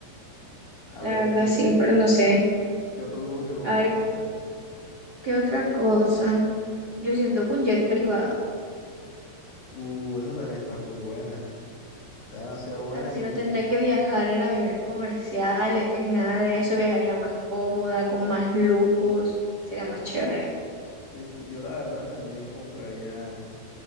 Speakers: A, on the left; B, on the right.
A: A
B: la
A: ver,
B: verdad
A: ¿y qué,
B: sí, pero no sé.
A: qué otro lujo te comprarías?
B: A ver,
A: A ver.
B: ¿qué otra cosa? Yo siento que un jet privado,
A: Uh, esa también está full buena. Está demasiado buena
B: así
A: y
B: no tendría que viajar en aviones comerciales ni nada de eso, viajaría más cómoda, con más lujos, sería más chévere.
A: sí, sí, yo la verdad también compraría,